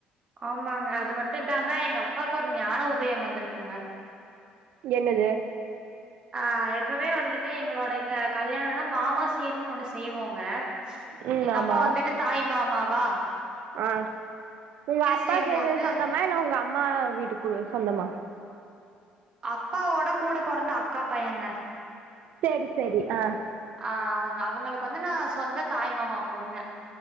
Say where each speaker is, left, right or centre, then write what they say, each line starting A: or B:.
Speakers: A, on the right; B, on the right.
A: ஆமாங்க அது மட்டுடாம எங்க அப்பாக்கு ஒர் ஞான உதயம் வந்துருக்குங்க
B: என்னது
A: ஆ எப்பேவே வந்துட்டு எங்களோட இத்ல கல்யாணம்னா மாமாசீர்னு ஒண்ணு செய்வோங்க
B: ம்
A: எங்க
B: ஆமா
A: அப்பா வந்துட்டு தாய் மாமா வா
B: ஆ உங்க அப்பா
A: செய்யும்
B: சைடு
A: போது
B: சொந்தமா உங்க அம் அம்மா வீட்டுக் குள் சொந்தமா
A: அப்பாவோட கூட பெறந்த அக்கா பையங்க
B: சேரி சேரி ஆ
A: ஆ அவங்க அவங்களுக்கு வந்து நா சொந்த தாய் மாமா பொண்ணு